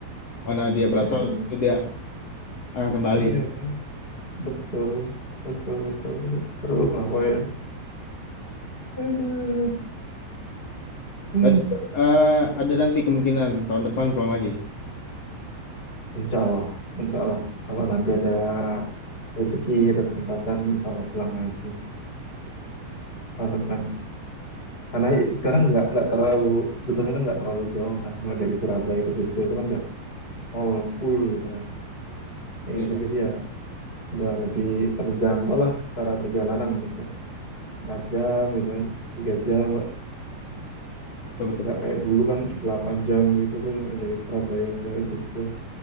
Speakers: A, on the left; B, on the left.
A: mana dia berasal
B: <laughs>
A: itu dia akan kembali.
B: Iya betul betul betul betul seru lah pokoknya. Aduh. Hmm.
A: Berarti eh, ada nanti kemungkinan tahun depan pulang lagi.
B: Insya Allah, insya Allah. Kalau nanti ada rezeki, ada kesempatan, insya Allah pulang lagi tahun depan. Karena sekarang nggak nggak terlalu, betulnya kan nggak terlalu jauh kan. Cuma dari Surabaya ke Jogja itu kan udah all full gitu kan. Kayak
A: Iya,
B: gitu, jadi ya udah lebih terjangkau lah secara perjalanan gitu. 4 jam gitu kan, 3 jam, nggak
A: betul betul
B: nggak
A: betul.
B: kayak dulu kan 8 jam gitu tuh yang dari Surabaya ke Jogja.